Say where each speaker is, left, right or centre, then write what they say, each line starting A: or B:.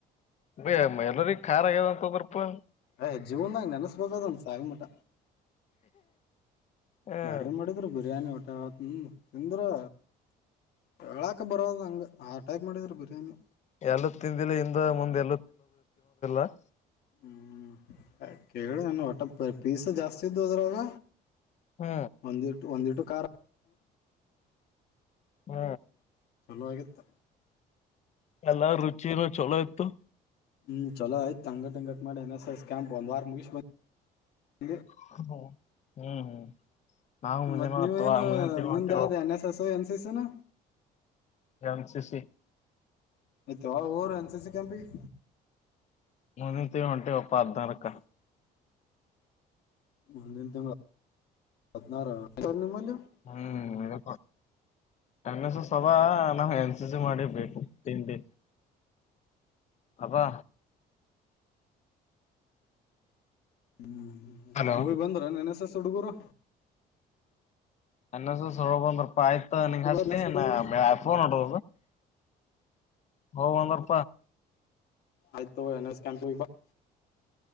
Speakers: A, on the left; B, on the left.
A: ಬಯ ಎಲ್ಲರಿ ಖಾರ ಆಗ್ಯಾವ ಅಂತ ಬರಪಾ
B: ಯ್ ಜೀವನಾಗ ನೆನೆಸ್ಬೇಕ ಅದಣ ಸಾಯಿ ಮಠ
A: ಹ್ಮ್
B: ಬಾರಿ ಮಾಡಿದ್ರು ಬಿರಿಯಾನಿ ಊಟ ಹ್ಮ್ ತಿಂದ್ರೆ ಹೇಳಕ ಬರೋದು ಹಂಗೆ ಆ ಟೈಪ್ ಮಾಡಿದ್ರ ಬಿರಿಯಾನಿ
A: ಯಾಡು ತಿಂದಿಲ್ಲ ಹಿಂದ್ ಮುಂದ <unintelligible>
B: ಹ್ಮ್ ಕೇಳಿ ನನ್ನ ಒಟ್ಟ ಪೀಸ್ ಜಾಸ್ತಿ ಇದ್ದು ಹದ್ರಾಗ
A: ಹ್ಮ
B: ಒಂದಿಟ್ ಒಂದಿಟ್ಟು ಕಾರ್
A: ಹ್ಮ
B: ಚಲೋ ಆಗತ್ತ
A: ಎಲ್ಲು ರುಚಿನ ಚಲೋ ಇತ್ತು
B: ಹ್ಮ್ ಚಲೋ ಆಯ್ತು ಅಂಗಟ್ಟ ಅಂಗಟ್ ಮಾಡಿ ಎನ್ ಎಸ್ ಎಸ್ ಕ್ಯಾಂಪ್ ಒಂದ ವಾರ ಮುಗಿಸಿ <unintelligible>
A: <unintelligible> ಹ್ಮ್ ಹ್ಮ್ ನಾವು ಮುಂದಿನ
B: ಮತ್ ನೀವ
A: ಅಥವಾ
B: ಏನು
A: ಮುಂದಿನ ತಿಂಗಳು
B: ನಿಂದ
A: ಹೊಂಟೇವ
B: ಯಾವ್ದ್ N S S N C C ನ
A: ಎನ್ ಸಿ ಸಿ
B: ಮತ್ತೆ ಯಾವಾಗ್ ಹೋಗೊರೂ ಎನ್ ಸಿ ಸಿ ಕ್ಯಾಂಪಿಗ್
A: ಮುಂದಿದ್ ತಿಂಗಳ ವಂಟಿವಪ ಹದಿನಾರುಕ
B: ಮುಂದಿದ್ ತಿಂಗಳ ಹದಿನಾರುಕ <unintelligible>
A: ಹ್ಮ್ <unintelligible> ಎನ್ ಎಸ್ ಎಸ್ ಸಭ ನಾವು ಎನ್ ಸಿ ಸಿ ಮಾಡಿ ಬೇಕು ತಿಂಡಿ ಆದ
B: ಹ್ಮ್
A: ಹಲೋ
B: ಹೋಗಿ ಬಂದ್ರ ಎನ್ ಎಸ್ ಎಸ್ ಹುಡುಗರು
A: ಎನ್ ಎಸ್ ಎಸ್ ಹೋಗ್ಬಂದರ್ಪಾ ಆಯ್ತೊ ನಿಂಗ್ ಅಚ್
B: ಎನ್
A: ಲೀ
B: ಎಸ್ ಹುಡುಗರು
A: ನಾ <unintelligible> ಫೋನ್ ನೋಡು ಹೋಗು ಬಂದರು
B: ಆಯ್ತು ತಗೋ ಎನ್ ಎಸ್ ಕ್ಯಾಂಪೀಗ್ ಬ